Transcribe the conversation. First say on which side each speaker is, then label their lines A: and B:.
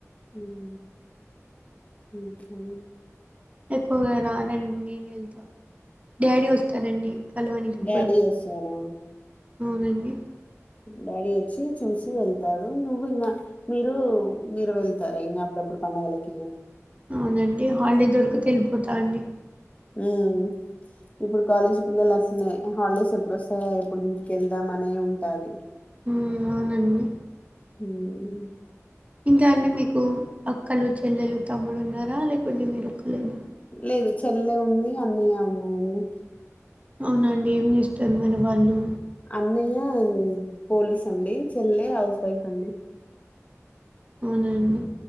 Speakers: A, on the left; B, on the right.
A: ఇం ఇంకాని
B: ఎక్కువగా రానన్నీ నేను వెళ్తా డాడీ వస్తారండి కలవనికి
A: డాడీ
B: ఇప్పుడు
A: వస్తారా
B: అవునండి
A: డాడీ వచ్చి చూసి వెళ్తాడు. నువ్వు ఇంకా మీరు మీరు వెళ్తారా ఇంకా అప్పుడప్పుడు పండగలకి.
B: అవునండి హాలిడే దొరకితే వెళ్ళిపోతా అండి.
A: ఉమ్ ఇప్పుడు కాలేజీ పిల్లలు అట్నే హాలిడేస్ ఎప్పుడు వస్తాయా, ఎప్పుడు ఇంటికి వెళ్దాం అనే ఉంటది.
B: ఉమ్ అవునండి
A: ఉ ఉ
B: ఇంకా అండి మీకు అక్కలు చెల్లెలు తమ్ముడు ఉన్నారా లేకుంటే మీరు ఒక్కళైన
A: లేదు చెల్లె ఉంది అన్నయ్య ఉన్నాడండి
B: అవునండి ఏం చేస్తారు మరి వాళ్ళు
A: అన్నయ్య పోలీస్ అండి చెల్లె హౌస్ వైఫ్ అండి
B: అవునండి